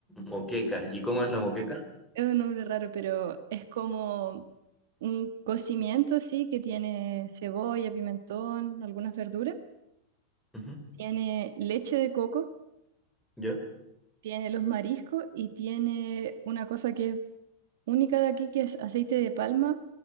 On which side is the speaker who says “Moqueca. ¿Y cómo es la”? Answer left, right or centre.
Centre